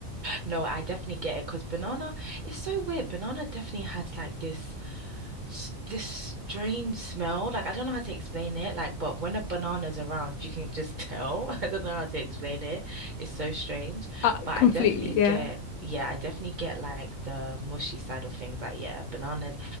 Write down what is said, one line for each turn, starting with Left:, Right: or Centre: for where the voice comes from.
Right: No, I definitely get it because banana, it's so weird. Banana definitely has like this. s- this strange smell. Like I don't know how to explain it. Like, but when a banana's around, you can just tell. <laughs> I don't know how to explain it. It's so strange.
Left: <laughs> I
Right: But
Left: completely,
Right: I definitely
Left: yeah.
Right: get, yeah, I definitely get like the mushy side of things. Like, yeah, bananas.